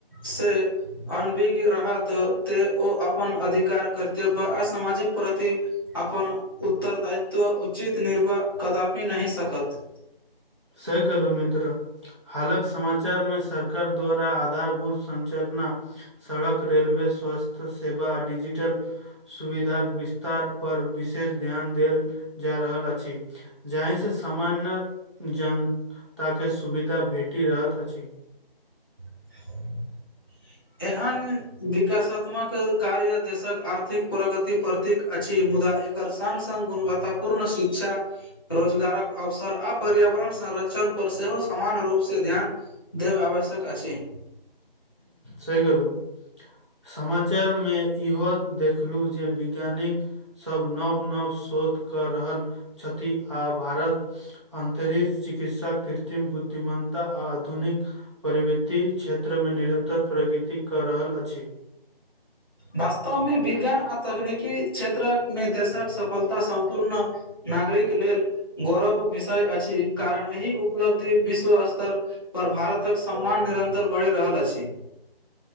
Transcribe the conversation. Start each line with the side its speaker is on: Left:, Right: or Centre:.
Left: से अनभिज्ञ रहत तै ओ अपन अधिकार कर्तव्य आ सामाजिक प्रति अपन उत्तरदायित्व उचित निर्वाह कदापि नहि सकत।
Right: सही कहलो मित्र। हालक समाचार मे सरकार द्वारा आधारभूत संचरना सड़क, रेलवे, स्वस्थ्य सेवा, डिजिटल सुविधाक विस्तार पर विशेष ध्यान देल जाए रहल अछि। जाहि से सामान्य जनता के सुविधा भेटी रहत अछि।
Left: <inaudible> एहन विकासात्मक कार्य देशक आर्थिक प्रगति प्रत्येक अछि मुदा एकर संग-संग गुणवत्तापूर्ण शिक्षा रोजगारक अवसर आ पर्यावरण संरक्षण पर सेहो सामान्य रूप से ध्यान दैब आवश्यक अछि।
Right: सही कहलू। समाचार मे इहो देखलु जे विज्ञानिक सब नव-नव शोध कर रहल छथि आ भारत अन्तरिक चिकित्सा कृत्रिम बुद्धिमता आ आधुनिक प्रवृति क्षेत्रमे निरन्तर प्रगति कऽ रहल अछि।
Left: वास्तव मे विज्ञान आ तकनीकी क्षेत्रक मे देशक सफलता सम्पूर्ण नागरिक लेल गौरव विषय अछि कारण एहि उपलब्ध विश्व स्तर पर भारतक सम्मान निरन्तर बढि रहल अछि।